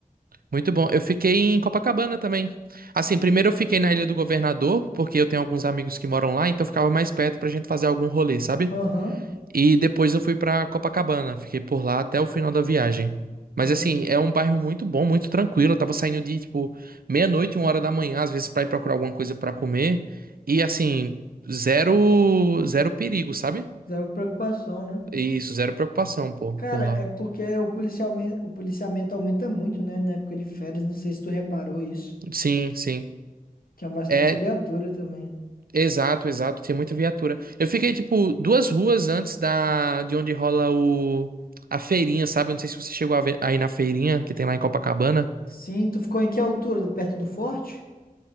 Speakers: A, on the right; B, on the left.
A: Muito bom. Eu fiquei em Copacabana também. Assim, primeiro eu fiquei na Ilha do Governador, porque eu tenho alguns amigos que moram lá, então ficava mais perto pra gente fazer algum rolê, sabe?
B: ó. Aham,
A: E depois eu fui pra Copacabana, fiquei por lá até o final da viagem. Mas
B: aham.
A: assim, é um bairro muito bom, muito tranquilo. Eu tava saindo de tipo meia-noite, uma hora da manhã, às vezes pra ir procurar alguma coisa pra comer. E assim, zero zero perigo, sabe?
B: Zero preocupação, né?
A: Isso, zero preocupação, pô,
B: Cara,
A: por lá.
B: é porque o policialme... o policiamento aumenta muito, né? Na época de férias, não sei se tu reparou isso.
A: Sim, sim.
B: Tinha bastante
A: É,
B: viatura também.
A: Exato, exato, tinha muita viatura. Eu fiquei, tipo, duas ruas antes da de onde rola o a feirinha, sabe? Eu não sei se você chegou a ver aí na feirinha que tem lá em Copacabana.
B: Sim, tu ficou em que altura? Perto do forte?